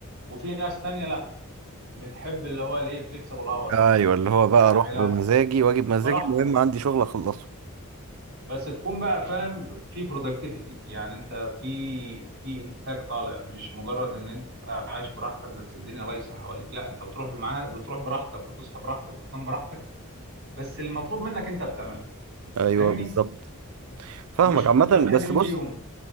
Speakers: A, on the right; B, on the right.
A: وفي ناس تانية لأ بتحب اللي هو الإيه فليكسبل أورز
B: ايوه اللي هو بقى
A: يعني
B: اروح
A: لأ
B: بمزاجي واجي بمزاجي
A: براحتك
B: المهم عندي شغل اخلصه
A: بس تكون بقى فاهم في برودكتيفيتي يعني أنت في في إنتاج طالع مش مجرد إن أنت عايش براحتك بس الدنيا ليسة حواليك لأ أنت بتروح بمعاه بتروح براحتك وتصحى براحتك وتنام براحتك بس المطلوب منك أنت بتعمله
B: ايوه
A: فاهمني؟
B: بالظبط فاهمك
A: مش
B: عامه
A: انت بتحب
B: بس
A: مين
B: بص
A: فيهم